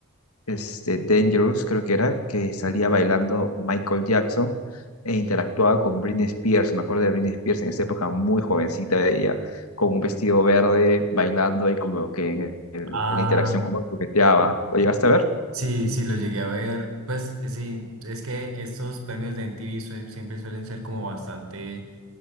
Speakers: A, on the left; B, on the right.
A: este, Dangerous, creo que era, que salía bailando Michael Jackson e interactuaba con Britney Spears. Me acuerdo de Britney Spears en esa época, muy jovencita ella, con un vestido verde, bailando y como que en, el-
B: Ah,
A: en la interacción como que coqueteaba. ¿Lo llegaste a ver?
B: sí, sí, lo llegué a ver. Pues eh, sí, es que estos premios de MTV suen- siempre suelen ser como bastante...